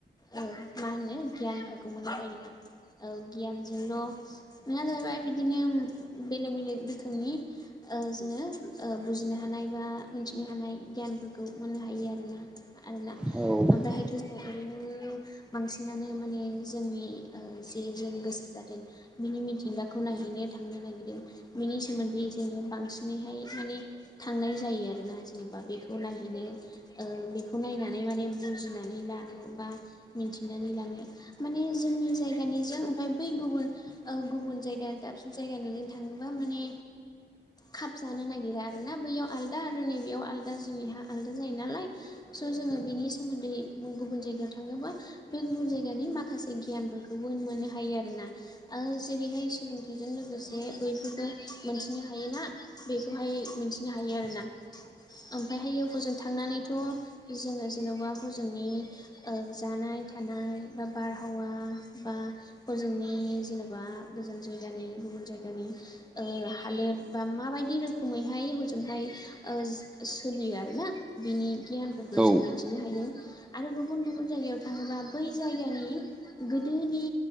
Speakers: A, on the left; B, in the centre.
A: औ मा होनो गियानफोरखौ मोननो हायोना औ गियानजोंल' नङा जाहैबाय बिदिनो बेलेग बेलेग रोखोमनि ओ जोङो ओ बुजिनो हानाय बा मिन्थिनो हानाय गियानफोरखौ मोननो हायो आरोना। आलदा
B: औ उम
A: जोङो ओरैनो बांसिनानो माने जोंनि ओ जे जों गोसो जादों। बिनि मिथिंगाखौ नायहैनो थांनो नायगिरदों बिनि सोमोन्दै जोङो बांसिनैहाय माने थांनाय जायो आरोना जेनेबा बेखौ नायहैनो ओ बेखौ नायनानै माने बुजिनानै लानो बा मिथिनानै लानो माने जोंनि जायगानिजों ओमफाय बै गुबुन ओ गुबुन जायगा दाबसे जायगानि जों थाङोबा माने खाबजानो नागिरा आरोना बैयाव आलादा आरो नैबेयाव आलादा जेनिहा आलादा जायो नालाय स' जोङो बिनि सोमोन्दै गुबुन जायगायाव थाङोबा बे गुबुन जायगानि माखासे गियानफोरखौबो मोननो हायो आरोना आ जेरैहाय सोलोंथाइ जों लोगोसे बैफोरखौ मोनथिनो हायोना बेखौहाय मोनथिनो हायो आरोना ओमफायहायो हजों थांनानैथ' जोङो जेन'बा हुजोंनि ओ जानाय थानाय बा बारहावा बा हजोंनि जेन'बा गोजान जायगानि गुबुन जायगानि ओ हालोद बा माबायदि रोखोमैहाय हजोंहाय ओ सो सोलियो आरोना बिनि गियानफोरखौ
B: औ
A: जों मिथिनो हायो। आरो गुबुन गुबुन जायगायाव थाङोबा बै जायगानि गोदोनि